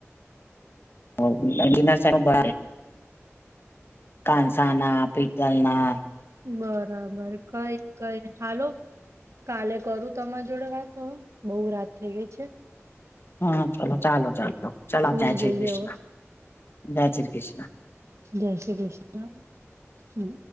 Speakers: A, on the left; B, on the right.
A: <unintelligible> કાનસાના પતલ ના
B: બરાબર કઈ કઈ નઈ હાલો કાલે કરું તમારી જોડે વાત બઉ બહુ રાત થઈ ગઈ છે
A: હા ચલો ચાલો ચાલો ચાલો
B: સુઈ
A: જય શ્રી
B: જઈએ
A: કૃષ્ણ
B: હવે
A: જય શ્રી કૃષ્ણ.
B: જય શ્રી કૃષ્ણ હમ